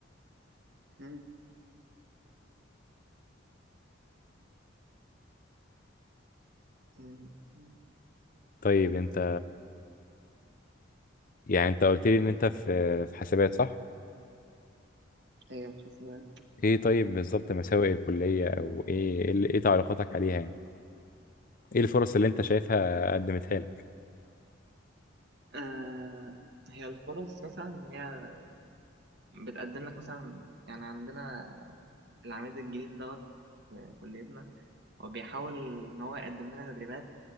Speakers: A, on the right; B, on the left.
A: مم. مم. مم.
B: طيب انت يعني انت قلت
A: معاك.
B: لي ان انت في في حسابات صح؟
A: ايوه حاسبات
B: ايه طيب بالظبط مساوئ الكلية او ايه ايه اللي- إيه تعليقاتك عليها يعني؟ ايه الفرص اللي انت شايفها قدمتها لك؟
A: آه هي الفرص مثلا هي بتقدم لك مثلا يعني عندنا العميد الجديد دوت في كليتنا هو بيحاول ان هو يقدم لنا تدريبات